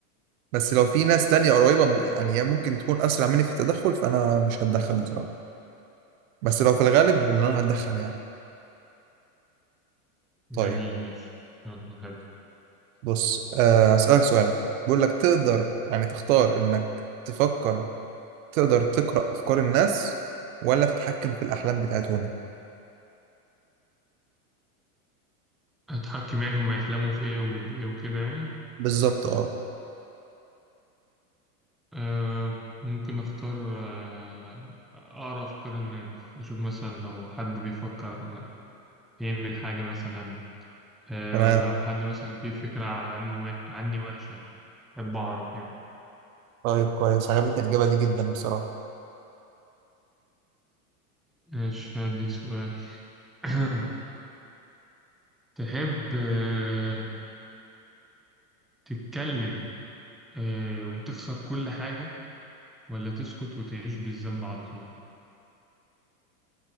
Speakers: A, on the right; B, in the centre.
A: بس لو في ناس تانية قريبة م- يعني هي ممكن تكون أسرع مني في التدخل فأنا مش هتدخل بصراحة بس لو في الغالب اللي أنا هتدخل يعني
B: جميل
A: طيب
B: ماشي يلا حلو
A: بص آه، هسألك سؤال بقول لك تقدر يعني تختار إنك تفكر تقدر تقرأ أفكار الناس ولا تتحكم في الأحلام بتاعتهم
B: هتحكم يعني هما يحلموا في إيه وإيه وكده يعني
A: بالظبط اه
B: آه ممكن أختار آه، أقرأ أفكار الناس أشوف مثلا لو حد بيفكر يعمل حاجة مثلا آه
A: تمام
B: لو حد مثلا فيه فكرة عنه وح- عني وحشة أحب أعرف يعني
A: طيب كويس عجبتني الإجابة دي جدا بصراحة
B: ماشي هديك سؤال <coughs> <clears throat> تحب آه تتكلم آه وتخسر كل حاجة ولا تسكت وتعيش بالذنب على طول